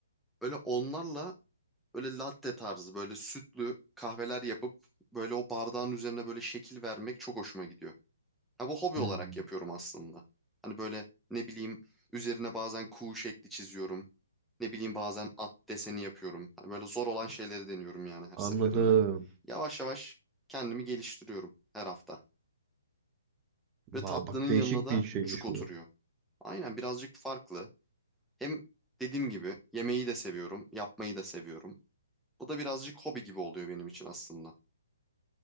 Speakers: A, in the centre; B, on the right.
A: Böyle onlarla böyle latte tarzı böyle sütlü kahveler yapıp böyle o bardağın üzerine böyle şekil vermek çok hoşuma gidiyor. Ha, bu hobi
B: Hmm.
A: olarak yapıyorum aslında. Hani böyle ne bileyim üzerine bazen kuğu şekli çiziyorum. Ne bileyim bazen at deseni yapıyorum. Hani böyle zor olan şeyleri deniyorum yani her
B: Anladım.
A: seferinde. Yavaş yavaş kendimi geliştiriyorum her hafta. Ve
B: Aa,
A: tatlının
B: bak değişik
A: yanına da
B: bir şeymiş
A: cuk oturuyor.
B: bu.
A: Aynen birazcık farklı. Hem dediğim gibi yemeği de seviyorum, yapmayı da seviyorum. Bu da birazcık hobi gibi oluyor benim için aslında.